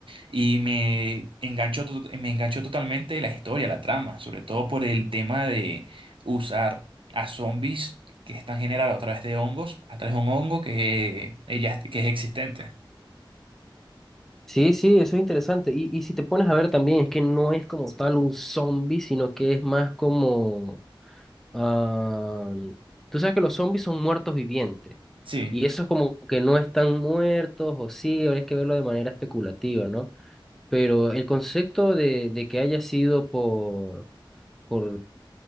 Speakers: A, on the right; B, in the centre.
A: Y me enganchó, to- me enganchó totalmente la historia, la trama, sobre todo por el tema de usar a zombies que están generados a través de hongos, a través de un hongo que, ella, que es existente.
B: Sí, sí, eso es interesante. Y, y si te pones a ver también, es que no es como tal un zombie, sino que es más como... ah, tú sabes que los zombies son muertos vivientes.
A: Sí.
B: Y eso es como que no están muertos, o sí, habría que verlo de manera especulativa, ¿no? Pero el concepto de, de que haya sido por, por